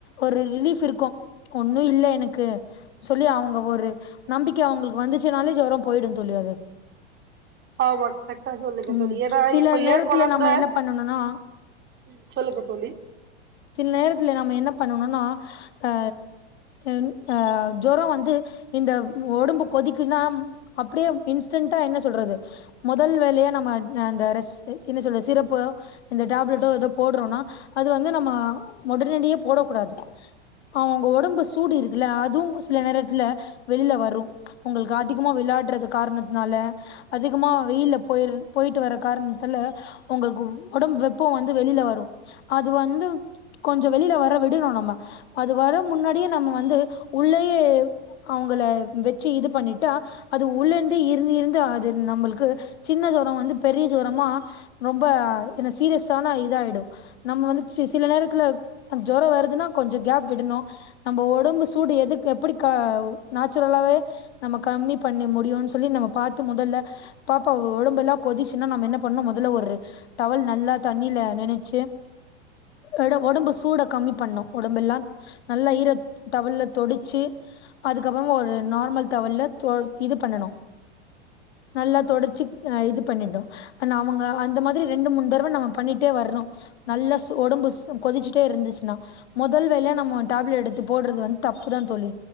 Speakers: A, on the left; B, on the right.
A: ஒரு ரிலீஃப் இருக்கு ஒன்னு இல்ல எனக் கு சொல்லி அவுங்க ஒரு நம்பிக்கை அவுங்களுக்கு வந்துச்சுனாலே ஜொரோ போயிடுந் தோழி அது
B: ஆமா கரெட் அ சொல்லுங்கத்தோழி
A: ம்
B: ஏனா
A: சில
B: இப்ப
A: நேரத்துல
B: எ கொழந்த
A: நம்ம என்ன பண்ணணும்னா
B: ம் சொல்லுங்க தோழி
A: சில நேரத்துல நம்ம என்ன பண்ணணுனா அ ன் அ ஜொரோ வந்து இந்த ஒடம்பு கொதிக்குன்னா அப்டியே இன்ஸ்டன்டா என்ன சொல்றது மொதல் வேலயா நம்ம அந்த ரெஸ் என்ன சொல்ல சிரப்பு இந்த டேப்லெட்டோ எதோ போட்றோனா அது வந்து நம்ம மொதனடியே போடக் கூடாது அவுங்க ஒடம்பு சூடு இருக்குல்ல அது சில நேரத்துல வெளில வரு உங்களுக்கு அதிகமா விளையாடுறது காரணத்தினால அதிகமா வெயில போயிரு பொய்ட்டு வர காரணத்துல உங்களுக்கு உடம்பு வெப்போ வந்து வெளில வரு அது வந்து கொஞ்சோ வெளில வர விடணு நம்ம அது வர முன்னாடியே நம்ம வந்து உள்ளயே அவுங்கள வெச்சு இது பண்ணிட்டா அது உள்ள இருந்தே இருந்து இருந்து அது நம்மளுக்கு சின்னதா வந்து பெரிய ஜொரமா ரொம்ப எனா சீரியஸான இத ஆய்டு நம்ம வந்து சி சில நேரத்துல ஜொரோ வருதுன்னா கொஞ்சோ கேப் விடணு நம்ப ஒடம்பு சூடு எதுக்கு எப்டி க நேச்சுரலாவே நம்ம கம்மி பண்ணி முடியுன் சொல்லி நம்ம பாத்து முதல்ல பாப்பா ஒடம்பெலா கொதிச்சுன்னா நம்ம என்ன பண்ணு மொதல ஒரு டவல் நல்லா தண்ணில நெனச்சு எட ஒடம்பு சூட கம்மி பண்ணு ஒடம்பெல்லா நல்லா ஈர டவல்ல தொடச்சு அதுக்கப்புறோ ஒரு நார்மல் தவல்ல தோ இது பண்ணணு நல்லா தொடச்சி ஆ இது பண்ணிட்டோ எனா அவுங்க அந்த மாதிரி ரெண்டு மூண் தடவ நம்ம பண்ணிட்டே வர்ணு நல்லா ஒடம்பு கொதிச்சிட்டே இருந்துச்சுன்னா மொதல் வேலயா நம்ம டாப்லெட் எடுத்து போட்றது வந்து தப்புதா தோழி